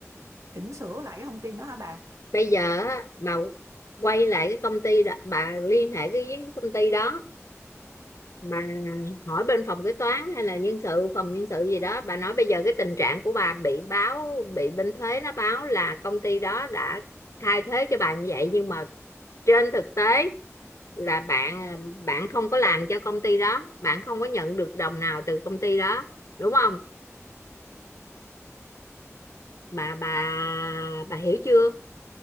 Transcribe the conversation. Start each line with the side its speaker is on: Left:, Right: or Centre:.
Right: chỉnh sửa lại cái thông tin đó hả bà?
Left: bây giờ á, bà quay lại cái công ty đó bà liên hệ cái với công ty đó bà hỏi bên phòng kế toán hay là nhân sự phòng nhân sự gì đó bà nói bây giờ cái tình trạng của bà bị báo bị bên thuế nó báo là công ty đó đã khai thuế cho bà như vậy nhưng mà trên thực tế là bạn bạn không có làm cho công ty đó bạn không có nhận được đồng nào từ công ty đó đúng không bà bà bà hiểu chưa